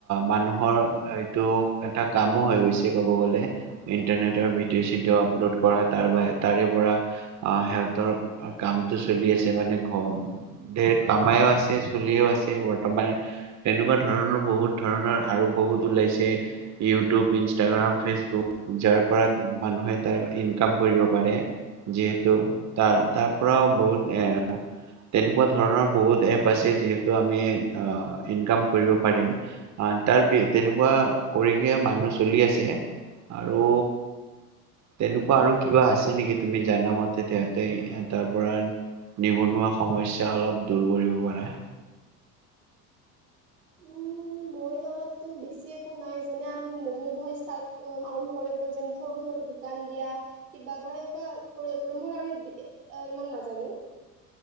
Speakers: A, on the right; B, on the right.
A: মানুহৰ এইটো এটা কামো হৈ গৈছে ক'ব গ'লে, ইণ্টাৰনেটৰ ভিডিঅ' চিডিঅ' আপলোড কৰা তাৰ বা তাৰে পৰা আহ সিহঁতৰ কামটো চলি আছে মানে ঘ ধেৰ কামাইও আছে চলিও আছে, বৰ্তমান তেনেকুৱা ধৰণৰ বহুত ধৰণৰ আৰু বহুত ওলাইছে ইউটিউব, ইনষ্টাগ্ৰাম, ফেচবুক যাৰ পৰা মানুহে তাৰ ইনকাম কৰিব পাৰে, যিহেতু তাৰ তাৰ পৰাও বহুত তেনেকুৱা ধৰণৰ বহুত এপ আছে যিহেতু আমি ইনকাম কৰিব পাৰিম, তাৰ তেনেকুৱা কৰিহে মানুহ চলি আছে, আৰু তেনেকুৱা আৰু কিবা আছে নেকি? তুমি জানামতে তেহঁতে তাৰ পৰা নিবনুৱা সমস্যা অলপ দূৰ কৰিব পৰা।
B: উম মই জনাতটো বেছি একো নাই, যেনে আমি নতুন ষ্ট্ৰাট আৰম্ভ কৰিব পাৰো যে সৰু সৰু দোকান দিয়া কিবা কৰা এনেকুৱা কৰিব পাৰো মোৰ আৰু ইমান নাজানো।